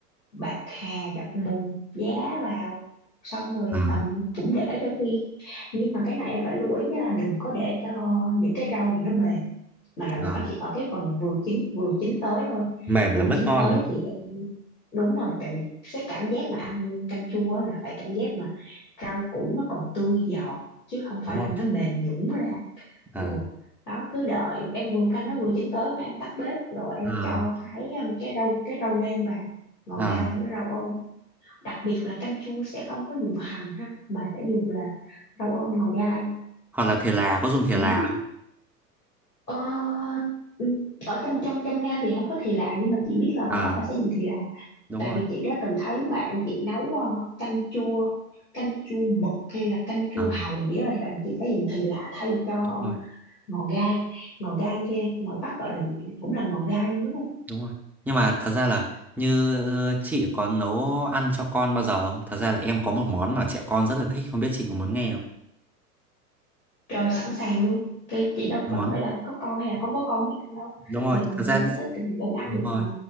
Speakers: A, on the left (about 80°); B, in the centre.
A: bạc hà dọc bùn giá vào xong rồi
B: à,
A: tầm cũng để cho khi nhưng mà cái này em phải lưu ý là đừng có để cho những cái rau này nó mềm mà là
B: à.
A: nó chỉ ở cái phần là vừa chín vừa chín tới thôi
B: mềm
A: vừa
B: là mất
A: chín
B: ngon
A: tới
B: đúng không
A: thì em đúng rồi tại vì cái cảm giác mà ăn canh chua á là phải cảm giác mà rau củ nó còn tươi giòn chứ không
B: đúng
A: phải là
B: không
A: nó mềm nhũn ra
B: à
A: Ủa. Đó cứ đợi em vừa canh nó vừa chín tới cái em tắt bếp rồi em
B: à
A: cho cái um, cái rau cái rau nêm vào ngò
B: à
A: gai với rau ôm đặc biệt là canh chua sẽ không có dùng hành ha mà sẽ dùng là rau ôm ngò gai
B: hoặc là thể là có dùng thể
A: thì
B: là
A: không biết
B: không?
A: ờ, ừ, ở trong trong trong Nam thì không có thì là nhưng mà chị biết là
B: à
A: ngoài Bắc là sẽ dùng thì là
B: đúng
A: tại
B: rồi
A: vì chị đã từng thấy bạn chị nấu ờ, canh chua canh chua mực hay là canh chua
B: à
A: hàu nghĩa thì bạn chị phải dùng thì là thay cho
B: đúng rồi
A: ngò gai ngò gai kia ngoài Bắc gọi là gì nhỉ? cũng là ngò gai luôn đúng không
B: đúng rồi nhưng mà thật ra là như ờ, chị có nấu ăn cho con bao giờ không thật ra là em có một món mà trẻ con rất là thích không biết chị có muốn nghe không
A: trời sẵn sàng luôn cái chị đâu
B: món
A: cần phải là có con hay là không có con mới ăn đâu
B: đúng rồi
A: mình người
B: thật
A: lớn
B: ra
A: mình thích thì mình vẫn ăn
B: đúng
A: được
B: rồi
A: mà